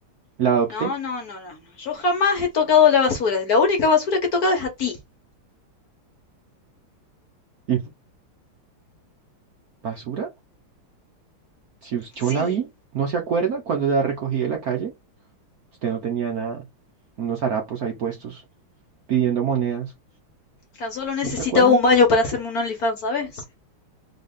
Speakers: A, on the right; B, on the left.
A: La adopté.
B: No, no, no, no, no. Yo jamás he tocado la basura. La única basura que he tocado es a ti.
A: ¿Y basura? Si us- yo
B: Sí,
A: la vi, ¿no se acuerda cuando la recogí de la calle? Usted no tenía nada. Unos harapos ahí puestos, pidiendo monedas.
B: tan solo necesitaba
A: ¿No se acuerda?
B: un baño para hacerme un OnlyFans, ¿sabes?